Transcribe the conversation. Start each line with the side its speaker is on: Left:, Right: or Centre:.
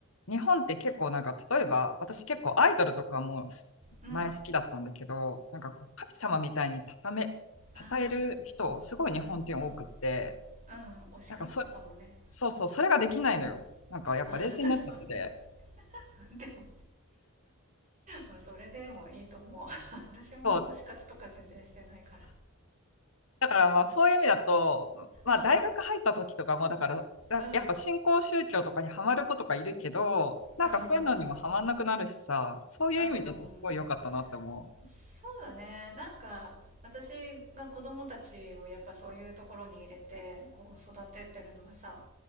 Left: 日本って結構なんか例えば私結構アイドルとかも
Right: うん
Left: 前好きだったんだけど、なんかこう神様みたいにため、
Right: あ
Left: 称える人、すごい日本人多くって、
Right: あうんうんうん推し活とかもね
Left: なんかそ、そうそう、それができないのよ。
Right: うん
Left: なんかやっぱ冷静になっちゃってて。
Right: <laughs> そうねでもまあそれでもいいと思う <laughs> 私も推し活とか全然してないか
Left: そうだからまあそういう意味だと、まあ大学入った時とかも、
Right: ら
Left: だからだやっぱ新興宗教とかにはまる子とかいるけど、
Right: うんうん
Left: なんかそういうのにもはまんなくなるしさ、
Right: うんうんうんうん
Left: そういう意味だとすごい良かったなって思
Right: うんうんそうだねなんか私が子供たちをやっぱそういうところに入れてこう育てってるのはさ